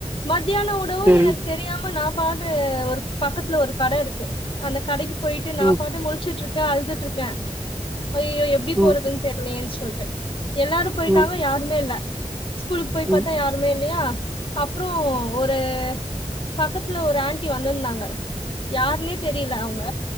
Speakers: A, on the left; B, on the right.
A: மத் தியான உணவு
B: செரி
A: எனக்கு தெரியாம ப்ப நா <unintelligible> ஒரு பக்கத்துல ஒரு கட இருக்கு அந்த கடைக் போய்ட்டு நா
B: ம்
A: பாட்டு முழ்ச்சுட்ரு கே அழுதுட்ருக்கே ஐயயோ எப்டி
B: ம்
A: போறதுன் தெர்லயேன் சொல் டு எல்லாரு போய்ட்டாங்க
B: ம்
A: யாருமே இல்ல ஸ்கூல்கு போய் பாத்தா
B: ம்
A: யாருமே இல்லயா அப்றோ ஒரு பக்கத் ல ஒரு ஆண்டி வந்திர்ந்தாங்க யார்ன்னே தெரில அவ்ங்க